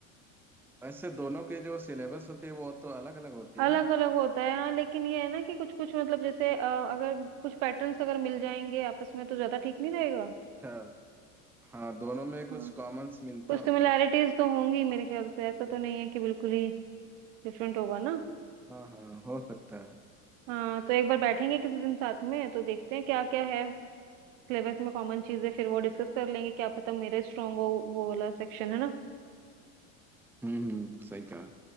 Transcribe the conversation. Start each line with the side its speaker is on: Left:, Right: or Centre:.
Centre: वैसे दोनों के जो सिलेबस होते हैं वो तो अलग अलग होती है
Right: अलग
Centre: ना
Right: अलग होता है हाँ लेकिन ये है ना कि कुछ कुछ मतलब जैसे अ, अगर कुछ पैटर्न्स अगर मिल जाएंगे आपस में तो ज्यादा ठीक नहीं रहेगा
Centre: अच्छा हाँ दोनों में कुछ
Right: हाँ
Centre: कॉमन्स मिलता
Right: कुछ सिमिलैरिटीज
Centre: होगा
Right: तो होंगी मेरे ख्याल से ऐसा तो नहीं है कि बिल्कुल ही डिफरेंट होगा ना
Centre: हाँ हाँ हो सकता सकता है
Right: हाँ तो एक बार बैठेंगे किसी दिन साथ में तो देखते हैं क्या क्या है सिलेबस में कॉमन चीजें फिर वो डिस्कस कर लेंगे क्या पता मेरा स्ट्रांग हो वो वाला सेक्शन है ना
Centre: हम्म हम्म सही कहा